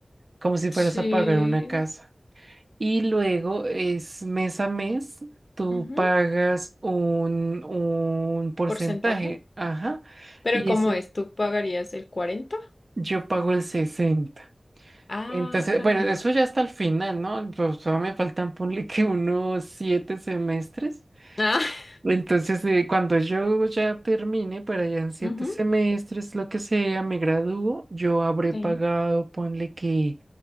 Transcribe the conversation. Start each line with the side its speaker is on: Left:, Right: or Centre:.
Right: como si
Left: Sí.
Right: fueras a pagar una casa. Y luego es mes a mes, tú
Left: Ujú.
Right: pagas un, un porcentaje,
Left: porcentaje.
Right: ajá.
Left: Pero
Right: Y
Left: ¿cómo
Right: eso
Left: es? ¿Tú pagarías el cuarenta,
Right: Yo pago el sesenta
Left: Ah,
Right: Entonces,
Left: caramba.
Right: bueno, eso ya está al final, ¿no? Pues todavía me faltan, ponle que unos siete semestres.
Left: Ah, <laughs>
Right: Entonces, eh, cuando yo ya termine, para allá en siete
Left: ujú,
Right: semestres, lo que sea, me gradúo, yo habré
Left: sí.
Right: pagado, ponle que